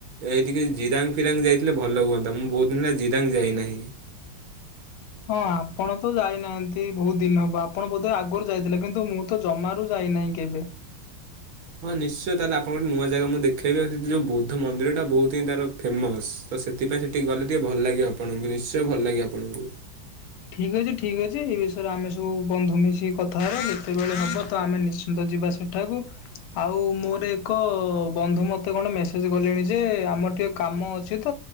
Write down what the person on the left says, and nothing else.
ହଁ ଆପଣ ତ ଯାଇନାହାନ୍ତି ବହୁତ ଦିନ ହବ ଆପଣ ବୋଧେ ଆଗରୁ ଯାଇଥିଲେ। କିନ୍ତୁ ମୁଁ ମୁଁ ତ ଜମାରୁ ଯାଇନାହିଁ କେବେ।
ଠିକ୍ ଅଛି ଠିକ୍ ଅଛି, ଏ ବିଷୟରେ ଆମେ ସବୁ ବନ୍ଧୁ ମିଶିକି କଥା ହେବା, ଯେତେବେଳେ ହବ ତ ଆମେ ନିଶ୍ଚିନ୍ତ ଯିବା ସେଠି। ଥାକୁ। ଆଉ ମୋର ଏକ ବନ୍ଧୁ ମତେ କଣ ମେସେଜ କଲେଣି ଯେ ଆମର ଟିକେ କାମ ଅଛି ତ।